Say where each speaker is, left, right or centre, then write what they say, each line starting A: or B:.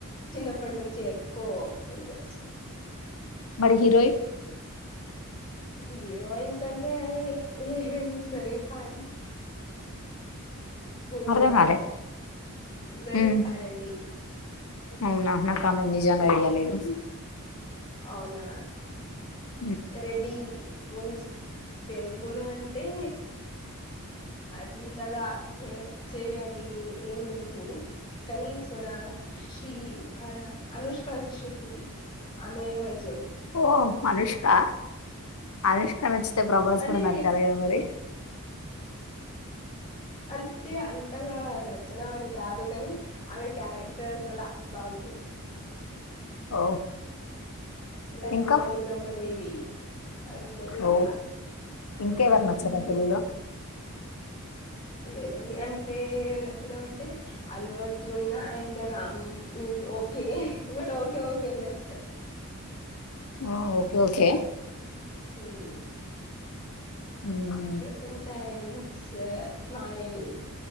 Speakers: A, on the left; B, on the left.
A: చిన్న అప్పటి నుంచి ఎక్కువ ఇంట్రెస్ట్
B: మరి హీరోయిన్
A: హీరోయిన్స్ అంటే అది జరిఖన్ హిందీలో
B: అర్థం కాలే
A: జరింఖన్
B: ఉమ్
A: అండి
B: అవునా నాక్ కాని నిజంగా
A: హిందీలో
B: ఐడియా లేదు
A: అవునా
B: ఇ
A: రెడ్డి ముగిచ తెల్గులు అం టే అంతగా మన చేవి అన్నీ ఏం లేవు కనీ సోనా శ్రీ ఆ అనుష్కా శెట్టి ఆమె మంచి
B: ఓ అనుష్ కా అనుష్క నాచ్ అే ప్రభాస్
A: అంటే
B: కూడా నచ్చాలి కదా మరి
A: అంటే అంతగా నచ్చడం అని కాదు కని ఆమె క్యారెక్టర్స్ అలా బాగుంటయి
B: హొ
A: లైక్
B: ఇంకా
A: రుద్రమ్మదేవి అరుంధతి
B: ఓ
A: అలా
B: ఇంకేవరు
A: మ్మ్.
B: నచ్చరా తెలుగులో
A: లేదండి అంటే అంటే Allu Arjun and Ram is okay but okay okay just
B: ఓహో okay okay
A: um
B: um
A: dressing sense స్ స్మైల్